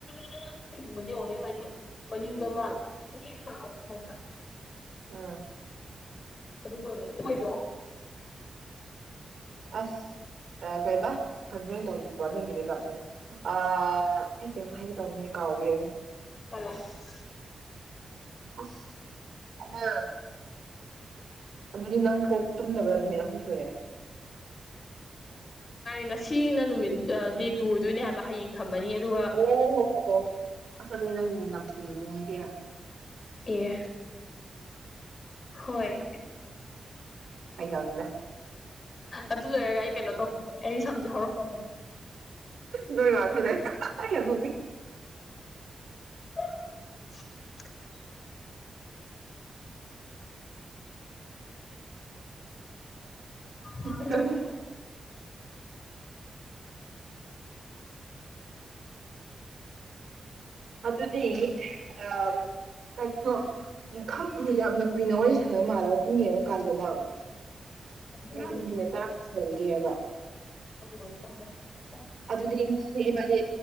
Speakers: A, on the left; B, on the right.
A: <inaudible> ꯤꯡ ꯃꯅꯦ ꯑꯣꯔꯦ ꯃꯅꯤ ꯃꯅꯤꯡꯗ <inaudible>
B: ꯑꯥ
A: ꯑꯗꯨ ꯑꯣꯏꯕꯅꯦ ꯑꯣꯢꯗꯔꯣ
B: ꯑꯁ ꯀꯩꯕ ꯀꯔꯤꯅꯣ ꯑꯩ ꯇꯧꯁꯤꯕꯣ ꯅꯪꯒꯤꯅꯦ ꯀꯞꯁꯦ ꯑ ꯑꯩ ꯀꯩꯅꯣꯝ ꯍꯥꯏꯒꯦ ꯇꯧꯕꯅꯤꯅꯦ ꯀꯥꯎꯈ꯭ꯔꯦꯅꯦ
A: ꯐꯂ <inaudible>
B: ꯑꯁ ꯑꯃ ꯑꯗꯨꯗꯤ ꯅꯪ ꯀꯣꯛ ꯇꯨꯝꯗꯕ ꯅꯨꯃꯤꯠ ꯑꯍꯨꯝ ꯁꯨꯔꯦ <unintelligible>
A: ꯉꯁꯤꯅ ꯅꯨꯃꯤꯠ ꯗꯦ ꯇꯨ ꯑꯣꯏꯗꯣꯏꯅꯦ ꯍꯥꯏꯕ ꯍꯌꯦꯡ ꯊꯝꯃꯅꯤ ꯑꯗꯨꯒ
B: ꯑꯣ ꯍꯣ ꯍꯣ ꯑꯁ ꯑꯗꯨ ꯅꯪ ꯅꯝꯊꯤꯕꯅꯤꯅꯦ ꯏꯕꯦꯝꯃ
A: ꯑꯦ ꯍꯣꯏ
B: ꯐꯥꯒꯤ ꯇꯧꯅꯤꯗ
A: ꯑꯗꯨ ꯂꯣꯏꯔꯒ ꯑꯩ ꯀꯩꯅꯣ ꯇꯧꯅꯤꯡ ꯑꯩ ꯁꯝꯁꯦ ꯍꯧꯔꯛ
B: ꯂꯣꯏꯔꯊꯔ ꯑꯩ ꯌꯥꯝ <inaudible>
A: <inaudible> ꯍ
B: ꯅꯣꯛꯅꯤꯡꯉꯦ
A: <inaudible> ꯅ꯭ꯔ <inaudible>
B: ꯑꯗꯨꯗꯤ ꯑ ꯀꯔꯤꯅꯣ ꯈꯪꯗꯦ ꯌꯥꯝꯅ ꯀꯨꯏꯅ ꯋꯥꯔꯤ ꯁꯥꯟꯅꯕ ꯃꯥꯜꯂꯒ ꯄꯨꯡ ꯌꯦꯡꯉꯀꯥꯟꯗꯅ ꯄꯨꯔꯥ
A: ꯎꯝ
B: ꯃꯤꯅꯠ ꯇꯔꯥ ꯁꯨꯔꯝꯗꯦꯕ
A: ꯍꯕꯣꯅꯦꯦ ꯇꯃꯣ <inaudible>
B: ꯑꯗꯨꯗꯤ ꯉꯁꯤꯁꯦ ꯏꯕꯥꯅꯤ